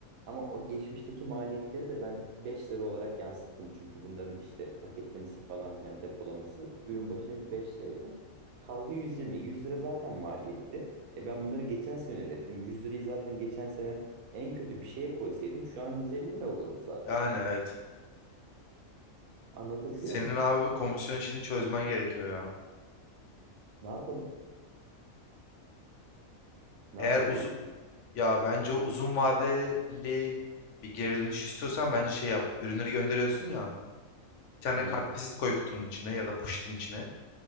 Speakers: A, on the right; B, on the left.
A: ama o geçmişteki maliyetleri de ben 5 lira olarak yansıttım. Çünkü bunların işte paketlemesi falan filan depolaması ürün başına 5 liraydı. Kaldı 120. 100 lira zaten maliyetti. E ben bunları geçen sene ürettim. 100 lirayı zaten geçen sene en kötü bir şeye koysaydım şu an 150 lira olurdu zaten.
B: Yani
A: Hani
B: evet.
A: anlatabiliyor
B: Senin
A: muyum?
B: abi bir komisyon işini çözmen gerekiyor ya.
A: Ne yapalım? Ne
B: Eğer
A: yapabiliriz?
B: uzun ya bence o uzun vadeli bir geri dönüş istiyorsan bence şey yap. Ürünleri gönderiyorsun ya. Bir tane
A: Hı,
B: kartvizit koy kutunun içine ya da poşetin içine.